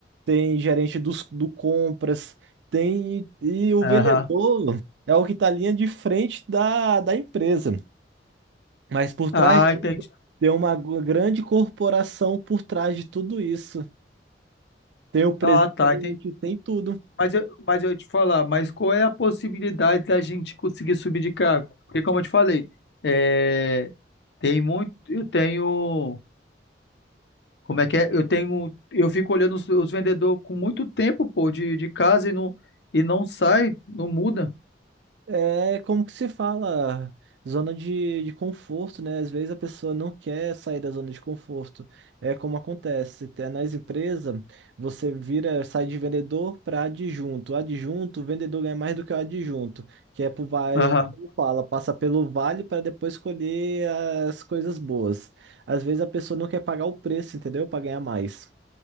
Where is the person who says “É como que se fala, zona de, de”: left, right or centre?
Right